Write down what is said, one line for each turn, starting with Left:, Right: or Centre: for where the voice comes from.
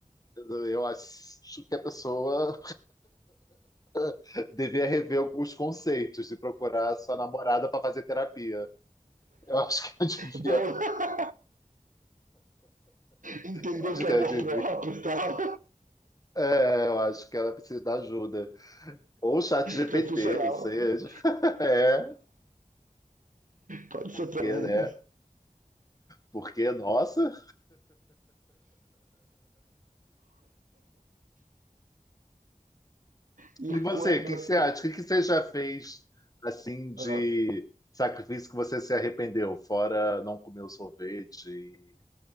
Left: eu acho que a pessoa <laughs> devia rever alguns conceitos e procurar sua namorada para fazer terapia. Eu acho que ela <laughs> devia,
Right: <laughs> Boa, entendeu
Left: eu acho
Right: que
Left: que
Right: é amor
Left: ela devia.
Right: próprio e tal,
Left: É, eu acho que ela precisa de ajuda. Ou chat GPT,
Right: profissional,
Left: ou seja, <laughs> é, é,
Right: pode ser
Left: porque,
Right: também.
Left: né? Porque, nossa.
Right: E
Left: E você,
Right: quando,
Left: o que que você acha? O que que você já fez assim de
Right: ah,
Left: sacrifício que você se arrependeu? Fora não comer o sorvete e,